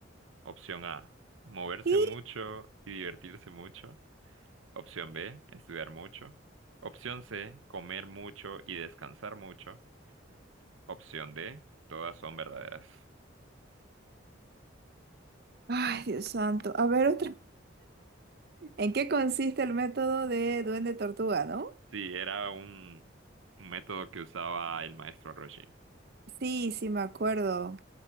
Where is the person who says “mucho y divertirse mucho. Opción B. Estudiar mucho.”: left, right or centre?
Right